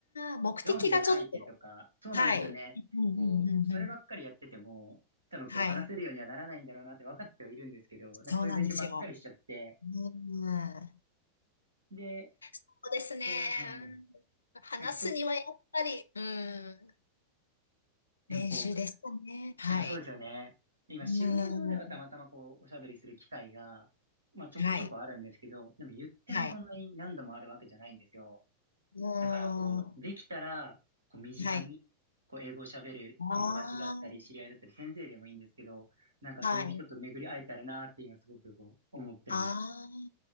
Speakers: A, on the left; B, on the right.
A: あ、目的がちょっと。
B: う、読んで書いてとか、そうなんですよね。
A: はい。うんうんうんうん。
B: こう、そればっかりやってても、多分こう話せるようにはならないんだろうなって分かってはいるんですけど、
A: はい。
B: なんかそういう勉強ばっかりしちゃって、
A: そうなんですよ。うん。
B: で、
A: そうですね。
B: こう、うん、
A: うん話すにはやっぱり、
B: なんかそう、
A: うん。
B: でもこう、
A: 練習ですかね。はい。
B: やっぱそうですよね。で今仕事上ではたまたまこう、
A: うん。
B: おしゃべりする機会が、まあちょこちょこあるんですけど、
A: はい。
B: でも言ってもそんなに何度もあるわけじゃないんですよ。
A: はい。うん。
B: だからこう、
A: は
B: できたら、こう身近に、
A: い。
B: こう英語を喋る友達だったり、
A: あ
B: 知り合いだったり、先生でもいいんですけど、なんかそういう人と巡り会えたらなーって今すごくこう、
A: あ、はい。
B: 思ってます。
A: ああ。